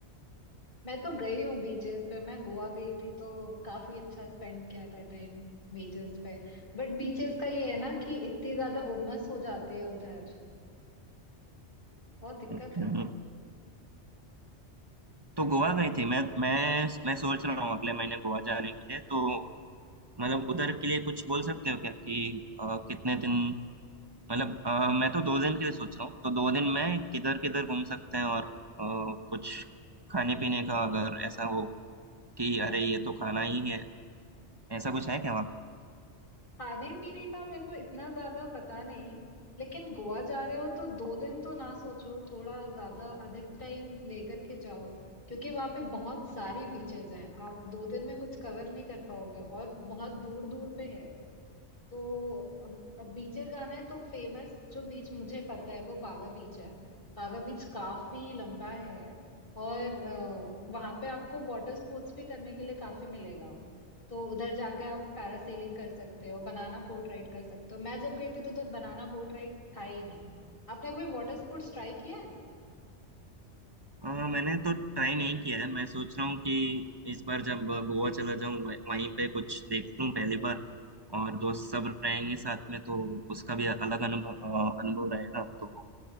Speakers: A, on the left; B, on the right.
A: मैं तो गई हूँ बीचेस पे मैं गोवा गई थी तो काफी अच्छा स्पेंड किया था टाइम बीचेस पे बट बीचेस का ये है ना कि इतनी ज्यादा उमस हो जाती है उधर बहुत दिक्कत
B: जाएगा
A: है
B: तो गोवा गई थी मैं मैं मैं सोच रहा हूँ अगले महीने गोवा जाने के लिए तो मतलब उधर के लिए कुछ बोल सकते हो क्या कि अ, कितने दिन मतलब अ, मैं तो दो दिन के लिए सोच रहा हूँ तो दो दिन में किधर किधर घूम सकते हैं और अ, कुछ खाने पीने का अगर ऐसा हो कि अरे ये तो खाना ही है ऐसा कुछ है क्या
A: खाने पीने का मेरे को इतना ज्यादा पता नहीं लेकिन गोवा जा रहे हो तो दो दिन तो ना सोचो थोड़ा ज्यादा अधिक टाइम लेकर के जाओ क्योंकि वहां पे बहुत सारी बीचेस हैं आप दो दिन में कुछ कवर नहीं कर पाओगे और बहुत दूर दूर पे है तो अब अब बीचेस जाना है तो फेमस जो बीच मुझे पता है वो बागा बीच है बागा बीच काफी लंबा है और वहां पे आपको वाटर स्पोर्ट्स भी करने के लिए काफी मिलेगा तो उधर जाके आप पैरासेलिंग कर सकते हो बनाना बोट राइड कर सकते हो मैं जब गई थी तो उधर बनाना बोट राइड था ही नहीं आपने कभी वाटर स्पोर्ट्स ट्राई किया है
B: अ, मैंने तो ट्राई नहीं किया है मैं सोच रहा हूँ कि इस बार जब गोवा चला जाऊँ वह- वहीं पे कुछ देख लूँ पहली बार और दोस्त सब रहेंगे साथ में तो उसका भी अलग अनुभव अ, अनुभव रहेगा तो